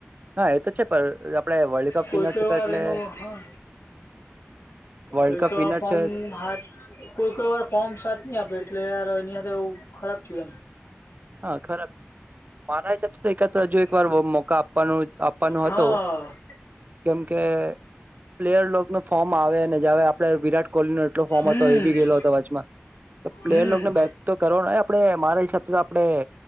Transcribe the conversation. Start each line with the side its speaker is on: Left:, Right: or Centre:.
Right: હા એ તો છે પણ આપડે વર્લ્ડ કપ
Left: કોઈ
Right: વિનર
Left: કોઈ
Right: છે તો
Left: વારનું
Right: એટલે
Left: હા.
Right: વર્લ્ડ
Left: તઈ
Right: કપ
Left: તો
Right: વિનર
Left: ફન
Right: છે
Left: હાથ કોઈ કોઈ વાર ફોર્મ સાથ નહી આપે એટલે યાર એનીયા બહુ ખરાબ થયું એમ.
Right: હા ખરાબ મારા હિસાબ એકાદ
Left: એમ
Right: હજુ એક વાર મોકા આપવાનો આપવાનો
Left: હા
Right: હતો, કેમકે પ્લેયર ન ફોર્મ આવે અને જાવે આપડ વિરાટ કોહલી નો એટલો ફોર્મ
Left: હમ
Right: હતો એ બી ગેલો હતો આજ પ્લેયરને
Left: હમ
Right: બેક તો કરવા આપડે મારા હિસાબ આપડે